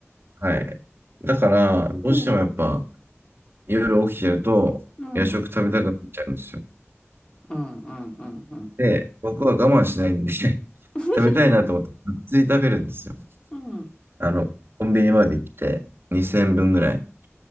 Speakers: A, on the right; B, on the left.
A: はい。だから、どうしてもやっぱ、
B: うん、
A: 夜起きてると、
B: うん、
A: 夜食食べたくなっちゃうんですよ。
B: うんうんうんうん。
A: で、僕は我慢しないんで <laughs> 食
B: <laughs>
A: べたいなと思って、がっつり食べるんですよ。
B: うん。
A: あの、コンビニまで行って、2000分ぐらい。